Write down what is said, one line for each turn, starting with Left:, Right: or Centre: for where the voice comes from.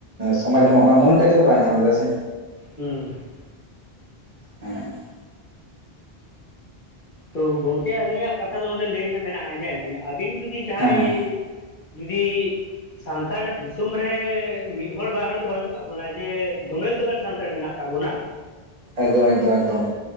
Right: ᱥᱚᱢᱟᱡᱽ ᱨᱮ ᱚᱱᱟ ᱢᱟᱹᱱ ᱴᱟᱜ ᱜᱮᱛᱚ ᱵᱟᱭ ᱧᱟᱢ ᱞᱮᱫᱟᱭ ᱥᱮ
Left: ᱦᱩᱸ
Right: ᱦᱮᱸ
Left: ᱛᱚ ᱜᱚᱝᱠᱮ ᱟᱹᱞᱤᱧᱟᱜ ᱠᱟᱛᱷᱟ ᱫᱚ ᱚᱰᱮ ᱞᱟᱹᱭ ᱨᱮᱱᱟᱜ ᱢᱮᱱᱟᱜᱼᱟ ᱧᱮᱞ ᱵᱤᱱ ᱟᱹᱵᱤᱱ ᱡᱩᱫᱤ ᱡᱟᱦᱟᱸᱭ
Right: ᱦᱮᱸ
Left: ᱡᱩᱫᱤ ᱥᱟᱱᱛᱟᱲ ᱫᱤᱥᱚᱢ ᱨᱮ ᱢᱤᱜ ᱦᱚᱲ ᱵᱟᱨ ᱦᱚᱲ ᱫᱚ ᱵᱟᱹᱱᱩᱜ ᱠᱟᱜ ᱵᱚᱱᱟ ᱡᱮ ᱫᱚᱢᱮᱞ ᱫᱚᱢᱮᱞ ᱥᱟᱱᱛᱟᱲ ᱢᱮᱱᱟᱜ ᱛᱟᱵᱚᱱᱟ
Right: ᱮᱠᱫᱚᱢ ᱮᱠᱫᱚᱢ ᱮᱠᱫᱚᱢ